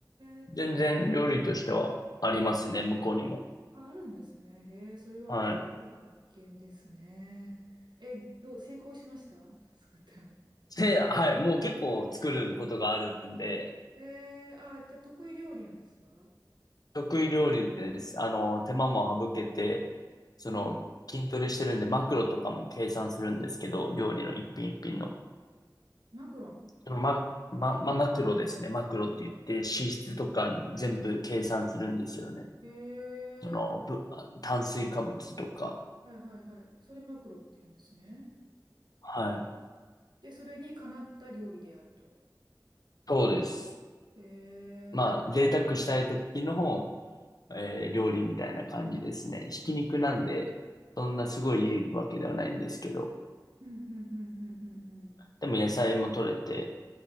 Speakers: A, on the right; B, on the left.
A: え、
B: 全然料理としてはありますね、向こうにも。
A: あ、あるんですね。へえ、それは新しい発見ですね。
B: はい。
A: え、どう、成功しました作ったの。
B: で、はい、もう結構作ることがあるんで、
A: えー、あ、じゃあ得意料理なんですか
B: 得意料理です。あの、手間も省けて、その、
A: うん。
B: 筋トレしてるんで、マクロとかも計算するんですけど、料理の一品一品の。
A: マクロン。
B: そのマ、ま、ま、マクロですね。マクロって言って、脂質とか全部計算するんですよね。
A: へ
B: その、
A: え、
B: ぶ炭水化物とか。
A: はいはいはい。それマクロって言うんですね。
B: はい。
A: で、それにかなった料理であると。どうです
B: そうです。
A: へ
B: まあ、
A: え、
B: 贅沢したい時のえー料理みたいな感じですね。ひき肉なんで、そんなすごいいいわけではないんですけど、
A: うんうんうんうんうんうん。
B: でも野菜も取れて、